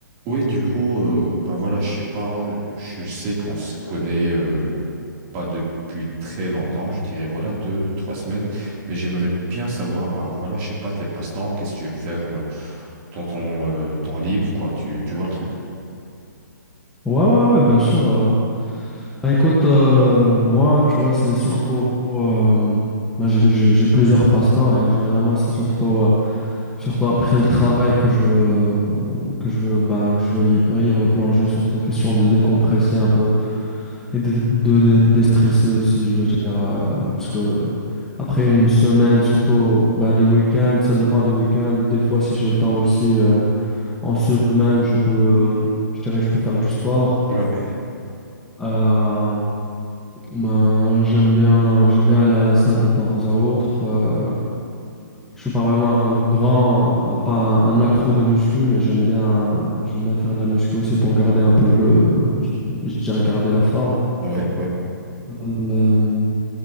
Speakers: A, on the right (about 25°); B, in the centre.
A: Ouais, du coup, euh, bah voilà, je sais pas, euh, je sais qu'on se connaît euh, pas depuis très longtemps, je dirais voilà deux, trois semaines, mais j'aimerais bien savoir, bah voilà, je sais pas tes passe-temps, qu'est-ce que tu aimes faire euh, dans ton euh, temps libre, quoi, tu, tu vois le truc.
B: Ouais, ouais, ouais, bien sûr. euh. Bah, écoute, euh, moi, tu vois, c'est surtout. euh, bah, j'ai j'ai- j'ai plusieurs passe-temps et généralement, c'est surtout, euh, surtout après le travail que je veux, que je veux, bah, que je veux y, y replonger, surtout question de décompresser un peu et de, de, de- déstresser aussi, je veux dire. euh, parce que après une semaine, surtout bah, les week-ends, ça dépend des week-ends. Des fois, si j'ai le temps aussi, euh, en semaine, je peux, je dirais, je peux faire du sport.
A: Ouais.
B: Euh, ben, j'aime bien, j'aime bien aller à la salle de temps à autre. Euh, je suis pas vraiment un grand, bah, pas un, un accro de muscu, mais j'aime bien, j'aime bien faire de la muscu aussi pour garder un peu le, je je dirais garder la forme.
A: Ouais, ouais.
B: Euh,